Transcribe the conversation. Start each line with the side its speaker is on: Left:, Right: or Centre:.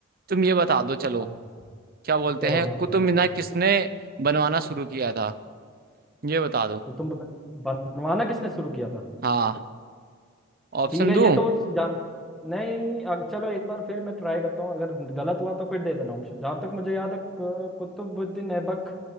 Right: तुम ये बता दो चलो
Centre: हाँ
Right: क्या बोलते
Centre: चलो
Right: हैं
Centre: हाँ
Right: कुतुब
Centre: पूछो
Right: मीनार
Centre: पूछो
Right: किसने बनवाना शुरू किया था ये बता दो
Centre: को तुम बता- बनवाना किसने शुरू किया था
Right: हाँ ऑप्शन
Centre: ठीक है
Right: दूं
Centre: ये तो जा नहीं अग, चलो एक बार फिर मैं ट्राई करता हूँ अगर गलत हुआ तो फिर दे देना ऑप्शन जहाँ तक मुझे याद है क- कुतुबुद्दीन ऐबक